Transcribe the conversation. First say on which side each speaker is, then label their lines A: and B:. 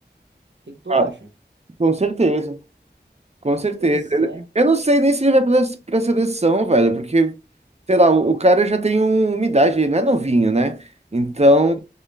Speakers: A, on the right; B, on the right.
A: O que que tu
B: Ah,
A: acha?
B: com certeza, com certeza.
A: Pois é.
B: Eu não sei nem se ele vai pra, pra seleção, velho, porque, sei lá, o, o cara já tem um- uma idade, ele não é novinho, né? Então,